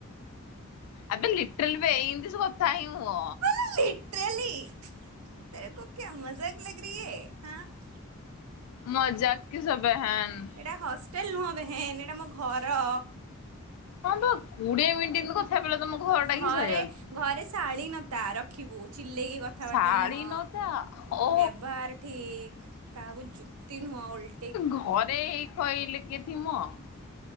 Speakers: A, on the left; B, on the right.
A: ଆବେ ଲିଟ୍ରଲ ଏମିତି କଥା ହିଁ ହୁଅ।
B: <unintelligible>
A: ମଜା କି ସବ୍ ବେହେନ୍।
B: ଏଇଟା ହଷ୍ଟେଲ ନୁହେଁ ବେହେନ୍ ଏଇଟା ମୋ ଘର।
A: <unintelligible> ଘରଟା
B: ଘରେ
A: କିସ୍ ହେଇଯାଉଛି।
B: ଘରେ ଶାଳୀନତା ରଖିବୁ ଚିଲେଇକି କଥାବାର୍ତ୍ତା
A: ଶାଳି
B: ନୁହଁ
A: ନୋଉତା ଓ
B: ବ୍ୟବହାର ଠିକ୍ କାହାକୁ ଯୁକ୍ତି ନୁହଁ ଓଲଟା।
A: ଘରେ ହେଇ ଖହିଲେ କିଏ। <unintelligible>